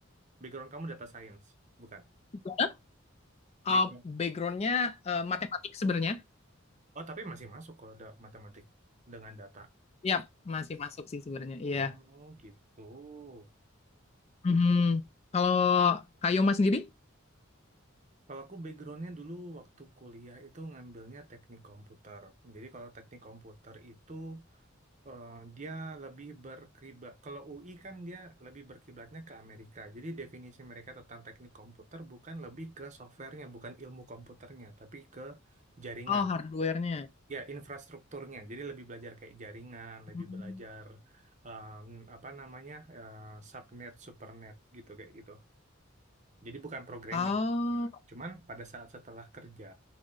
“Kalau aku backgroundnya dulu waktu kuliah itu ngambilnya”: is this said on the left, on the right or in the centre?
Right